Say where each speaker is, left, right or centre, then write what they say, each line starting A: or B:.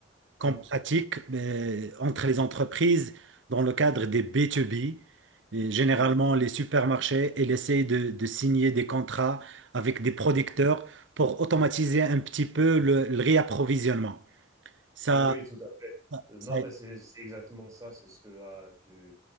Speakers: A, on the right (about 70°); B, on the right (about 20°).
A: qu'on
B: Mm,
A: pratique euh, entre les entreprises dans le cadre des B2B. Et généralement,
B: mm.
A: les supermarchés, ils essayent de, de signer des contrats avec des producteurs pour automatiser un petit peu le, le réapprovisionnement. Ça,
B: Oui, tout à fait.
A: ça,
B: Non,
A: ça-
B: mais c'est c'est exactement ça. C'est ce que, heu, tu